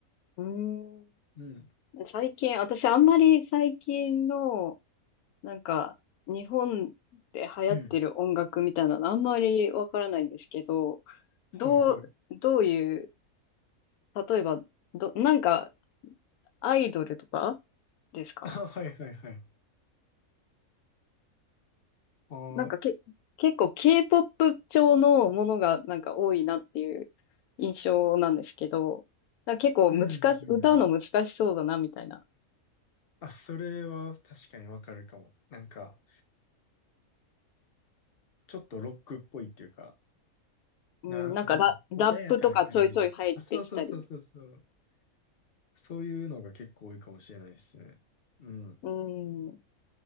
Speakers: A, on the left (about 85°); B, on the left (about 50°).
A: うー
B: うん。
A: ん。最近、私あんまり最近のなんか、日本で流行ってる音楽みたいなのあんまりわからないんですけど、
B: うん。はいはい。
A: どう、どういう、例えば、ど、なんか、アイドルとかですか
B: <laughs> あ、はいはいはい。あ
A: なんかけ、結構 K-POP 調のものがなんか多いなっていう印象なんですけど、なんか結構難し、
B: うんうんうん。
A: 歌うの難しそうだなみたいな。
B: あ、それは確かにわかるかも。なんか、ちょっとロックっぽいっていうか、
A: うん、
B: な、
A: なんかラ、
B: なん、
A: ラップとかちょいちょい入ってきたり。
B: 穏やかな感じじゃない。あ、そうそうそうそうそう。そういうのが結構多いかもしれないですね。うん。
A: うん、